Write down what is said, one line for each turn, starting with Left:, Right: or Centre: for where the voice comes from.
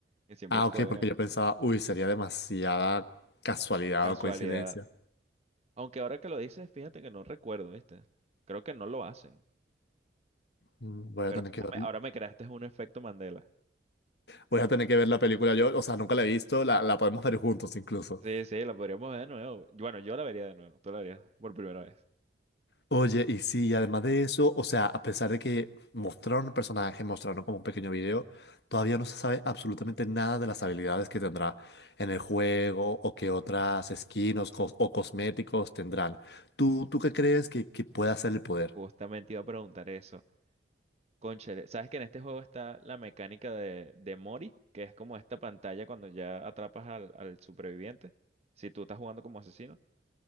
Right: Que siempre
Left: Ah,
Right: cuelga.
Left: ok, porque yo pensaba, uy, sería demasiada casualidad
Right: Casualidad.
Left: o coincidencia.
Right: Aunque ahora que lo dices, fíjate que no recuerdo, ¿viste? Creo que no lo hacen.
Left: Mm, Voy
Right: Pero
Left: a tener
Right: ahora
Left: que ver.
Right: me ahora me creaste un efecto Mandela.
Left: Voy a tener que ver la película yo, o sea, nunca la he visto, la, la podemos ver juntos incluso.
Right: Sí, sí, la podríamos ver de nuevo. Yo- Bueno, yo la vería de nuevo. Tú la verías por primera vez.
Left: Oye, y sí, y además de eso, o sea, a pesar de que mostraron el personaje, mostraron como un pequeño video, todavía no se sabe absolutamente nada de las habilidades que tendrá en el juego o qué otras skins o, cos- o cosméticos tendrán. ¿Tú, tú qué crees que, que pueda ser el poder?
Right: Justamente iba a preguntar eso. Cónchale, ¿sabes que en este juego está la mecánica de, de Mori? Que es como esta pantalla cuando ya atrapas al, al superviviente. Si tú estás jugando como asesino.